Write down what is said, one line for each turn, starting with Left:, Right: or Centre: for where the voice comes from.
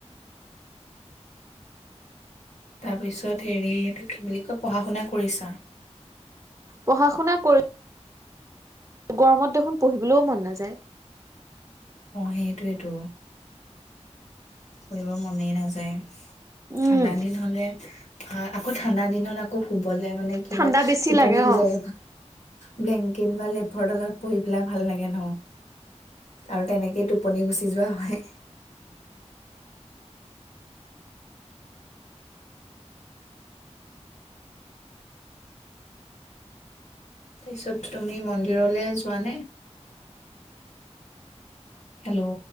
Left: তাৰপিছত হেৰি এইটো কি বুলি কয় পঢ়া শুনা কৰিছা
Right: পঢ়া শুনা কৰি গৰমত দেখোন পঢ়িবলৈও মন নাযায়
Left: সেইটোৱেতো কৰিব মনেই নাযায় ঠাণ্ডা
Right: উম
Left: দিন হলে আকৌ ঠাণ্ডা দিনত আকৌ শুবলৈ মানে কি
Right: ঠাণ্ডা
Left: হয়
Right: বেছি
Left: টোপনি
Right: লাগে
Left: সিজাই
Right: অ'।
Left: ব্লেংকেট বা লেফৰ তলত পঢ়ি পেলাই ভাল লাগে ন আৰু তেনেকেইটো <unintelligible> টোপনি গুচি যোৱা হয় তাৰপিছত তুমি মন্দিৰলৈ যোৱানে হেল্ল'